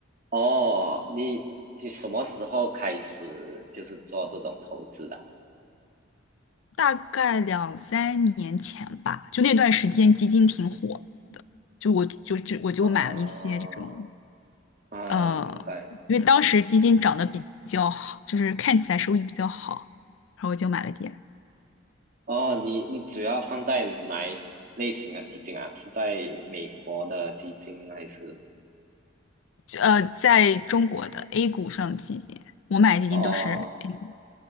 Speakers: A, on the right (about 45°); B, on the left (about 75°).
A: 哦，你你什么时候开始就是做这种投资的？
B: 大概两三年前吧，就那段时间基金挺火的，就我就就我就买了一些这种。
A: 哦啊，
B: 呃，
A: 明白。
B: 因为当时基金涨得比较好，就是看起来收益比较好，然后我就买了点。
A: 哦，你你主要放在哪一类型的基金啊？是在美国的基金还是？
B: 就呃，在中国的 A 股上的基金，我买的基金都是
A: 哦
B: A 股，